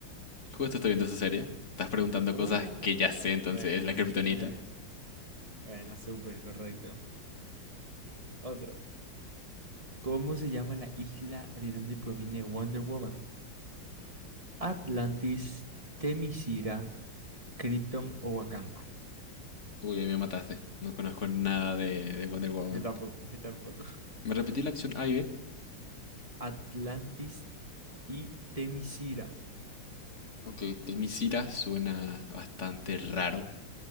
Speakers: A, on the left (about 35°); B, on the right (about 15°).
A: Justo estoy viendo esa serie, estás preguntando
B: Oh,
A: cosas que ya sé, entonces
B: bueno,
A: es la kriptonita.
B: bueno, bueno, súper correcto. Otro. ¿Cómo se llama la isla de donde proviene Wonder Woman? Atlantis, Temisira, Krypton o Wakanda.
A: Uy, ahí me mataste, no conozco nada de, de Wonder Woman.
B: Yo tampoco, yo tampoco.
A: Me repetí la opción A y B.
B: <laughs> Atlantis y Temisira,
A: Ok, Temisira suena bastante raro,